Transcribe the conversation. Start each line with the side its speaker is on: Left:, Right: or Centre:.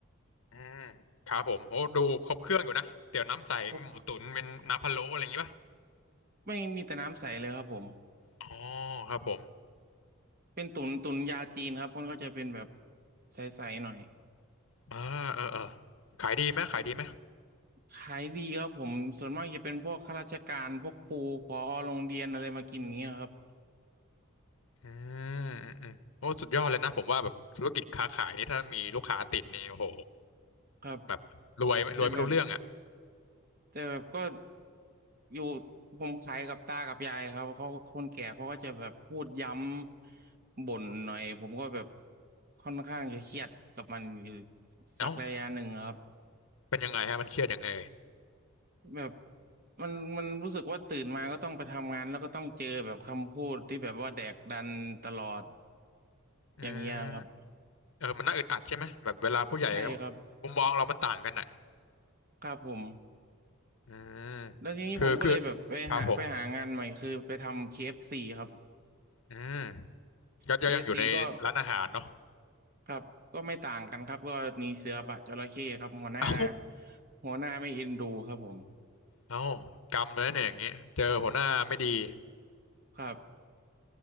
Left: อืมครับผมโอ้ดูครบเครื่องอยู่นะเตี๋ยวน้ำใสมีหมูตุ๋นเป็นน้ำพะโล้อะไรอย่างงี้ป่ะ
Right: เพราะไม่มีแต่น้ำใสเลยครับผม
Left: อ๋อครับผม
Right: เป็นตุ๋นตุ๋นยาจีนครับมันก็จะเป็นแบบใสๆหน่อย
Left: อ่าเออเออขายดีไหมขายดีไหม
Right: ขายดีครับผมส่วนมากจะเป็นพวกข้าราชการพวกครูผอโรงเรียนอะไรมากินอย่างเงี้ยครับ
Left: อืมอืมอืมโอ้สุดยอดเลยนะผมว่าแบบธุรกิจค้าขายนี่ถ้ามีลูกค้าติดนี่โอ้โห
Right: ครับ
Left: แบบรวยรวยไม่รู้เรื่องอ่ะ
Right: แต่แบบแต่แบบก็ อยู่ผมขายกับตากับยายครับเขาคนแก่เขาก็จะแบบพูดย้ำบ่นหน่อยผมก็แบบค่อนข้างจะเครียดกับมันอยู่
Left: เอ้า
Right: สักระยะหนึ่งครับ
Left: เป็นยังไงฮะมันเครียดยังไง
Right: แบบมันมันรู้สึกว่าตื่นมาก็ต้องไปทำงานแล้วก็ต้องเจอแบบคำพูดที่แบบว่าแดกดันตลอด
Left: อืม
Right: อย่างเงี้ยครับ
Left: เออมันน่าอึดอัดใช่ไหมแบบเวลาผู้ใหญ่ก็
Right: ใช่ครับ
Left: มุมมองเรามันต่างกันอ่ะ
Right: ครับผม
Left: อืม
Right: แล้วทีนี้ผมก็เลยแบบไปหาไปหางานใหม่คือไปทำ
Left: คือคือครับผม
Right: KFC คเอฟซีครับ
Left: อืมก็ยังอยู่ในร้านอาหารเนาะ
Right: เคเอฟซีก็ ครับก็ไม่ต่างกันครับก็มีเสือปะจระเข้ครับหัวหน้า
Left: เอ้า
Right: หัวหน้าไม่เอ็นดูครับผม
Left: เอ้ากรรมเลยเนี่ยอย่างงี้เจอหัวหน้าไม่ดี
Right: ครับ